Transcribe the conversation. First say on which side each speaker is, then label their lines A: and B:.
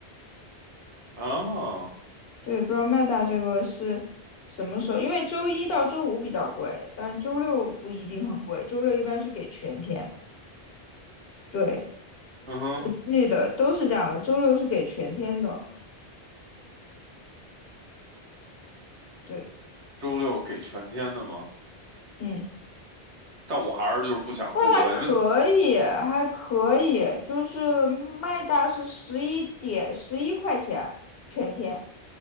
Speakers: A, on the right; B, on the left.
A: 啊，
B: 对，不知道麦大这个是什么时候？因为周一到周五比较贵，但周六不一定很贵，周六一般是给全天。对，
A: 嗯哼，
B: 我记得都是这样的，周六是给全天的。对，
A: 周六给全天的吗？
B: 嗯。
A: 但我还是就是不想出额外，
B: 那还可以，
A: 因为
B: 还可以，就是麦大是十一点十一块钱全天，